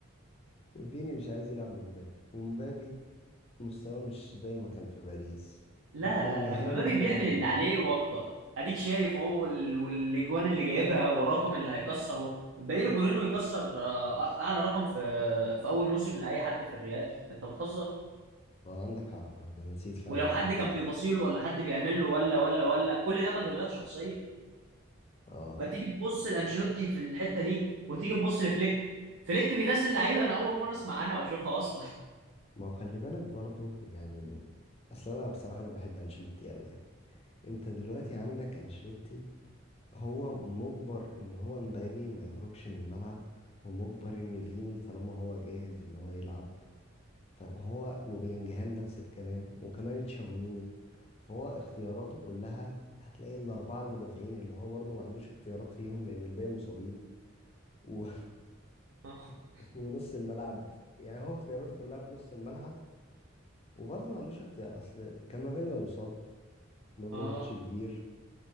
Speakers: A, on the left; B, on the right.
A: فيني مش عايز يلعب لمبابي ومبابي مستواه مش زي ما كان في باريس
B: لا
A: وبلينجهام
B: لا لا مبابي
A: متوظف
B: بيعمل اللي
A: غلط
B: عليه واكتر اديك شايف اهو ال- والاجوان اللي جايبها والرقم اللي هيكسره باقي له جولين ويكسر آه، اعلى رقم في في اول موسم لاي حد في الريال انت بتهزر
A: اه عندك حق برضه انا نسيت فعلا
B: ولو
A: الرقم
B: حد كان
A: ده
B: بيبصيله ولا حد بيعمل له ولا ولا ولا كل ده مجهودات شخصيه
A: اه
B: فتيجي تبص لانشيلوتي في الحته دي وتيجي تبص لفليك فليك بينزل لعيبه انا اول مره اسمع عنها واشوفها اصلا
A: ما هو خلي بالك برضه يعني اصل انا بصراحة انا بحب انشيلوتي قوي يعني انت دلوقتي عندك انشيلوتي هو مجبر ان هو مبابي ما يخرجش من الملعب هو مجبر ان فيني طالما هو جاهز ان هو يلعب فهو وبلينجهام نفس الكلام وكمان تشاوميني فهو اختياراته كلها هتلاقي الاربعه المدافعين اللي هو برضو ما عندوش اختيارات فيهم لان الباقي مصابين و...
B: <laughs>
A: <laughs> ونص الملعب يعني هو اختياراته كلها في نص الملعب وبرضو ما عندوش اختيار اصل كامافينجا مصاب مودريتش
B: اه
A: كبير